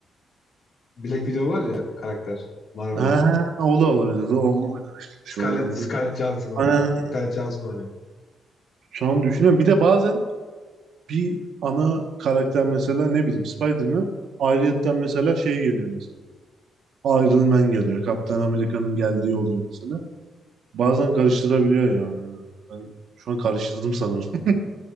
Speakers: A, on the left; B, on the right.
A: Black Widow var ya karakter Marvel'da.
B: Ha, o da olabilir. O- Onu da karıştırmış
A: Scarlett,
B: olabilir.
A: Scarlett Johansson oynuyor.
B: Aa,
A: Scarlett Johansson oynuyor.
B: şu an düşünüyorum. Bir de bazen bir ana karakter mesela ne bileyim Spider-Man ayrıyetten mesela şey geliyor mesela. Iron Man geliyor. Kaptan Amerika'nın geldiği oluyor mesela. Bazen karıştırabiliyor yani. Ben şu an karıştırdım sanırım.